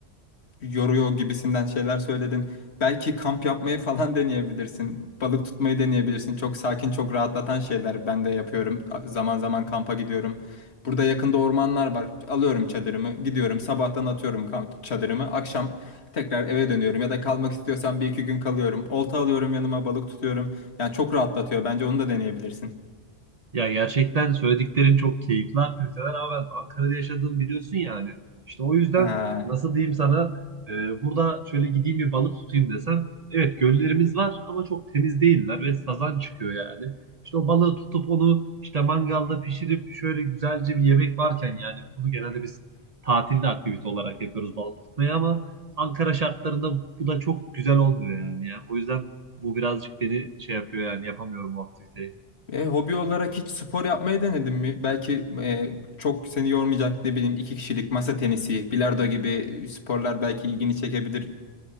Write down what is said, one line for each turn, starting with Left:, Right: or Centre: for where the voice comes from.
Left: e, yoruyor gibisinden şeyler söyledin. Belki kamp yapmayı falan deneyebilirsin. Balık tutmayı deneyebilirsin. Çok sakin, çok rahatlatan şeyler ben de yapıyorum. A- Zaman zaman kampa gidiyorum. Burada yakında ormanlar var. Alıyorum çadırımı, gidiyorum. Sabahtan atıyorum kamp çadırımı. Akşam tekrar eve dönüyorum ya da kalmak istiyorsam bir iki gün kalıyorum. Olta alıyorum yanıma, balık tutuyorum. Yani çok rahatlatıyor. Bence onu da deneyebilirsin.
Right: Ya gerçekten söylediklerin çok keyifli aktiviteler ama ben Ankara'da yaşadığım biliyorsun yani. İşte o yüzden
Left: Ha.
Right: nasıl diyeyim sana e, burada şöyle gideyim bir balık tutayım desem. Evet göllerimiz var ama çok temiz değiller ve sazan çıkıyor yani. İşte o balığı tutup onu işte mangalda pişirip şöyle güzelce bir yemek varken yani bunu genelde biz tatilde aktivite olarak yapıyoruz balık tutmayı ama Ankara şartlarında bu da çok güzel olmuyor yani ya. O yüzden bu birazcık beni şey yapıyor yani yapamıyorum bu aktiviteyi.
Left: E, hobi olarak hiç spor yapmayı denedin mi? Belki e, çok seni yormayacak ne bileyim iki kişilik masa tenisi, bilardo gibi sporlar belki ilgini çekebilir.